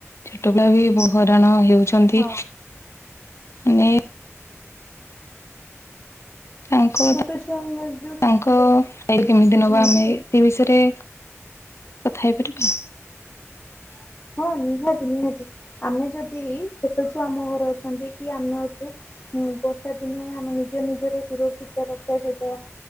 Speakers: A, on the left; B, on the left.
A: ଛୋଟ ପିଲା ବି ହଇରାଣ ହେଉ। ଛନ୍ତି।
B: ହଁ।
A: ନେ <inaudible> ତାଙ୍କ
B: ଛୋଟ ଛୁଆଙ୍କ ଯୋଉ
A: ତାଙ୍କ କେମିତି ନବା
B: ଧ୍ୟାନ
A: ଆମେ ସେ ବିଷୟରେ। କଥା ହେଇପାରିବା।
B: ହଁ ନିହାତି ନିହାତି ଆମେ ଯଦି ଛୋଟ। ଆମ ଘରେ ଅଛନ୍ତି କି ଆମେ ଅଛୁ। ହଁ ବର୍ଷା ଦିନେ ଆମେ ନିଜ ନିଜର ସୁରକ୍ଷିତ ରକ୍ଷା ସହିତ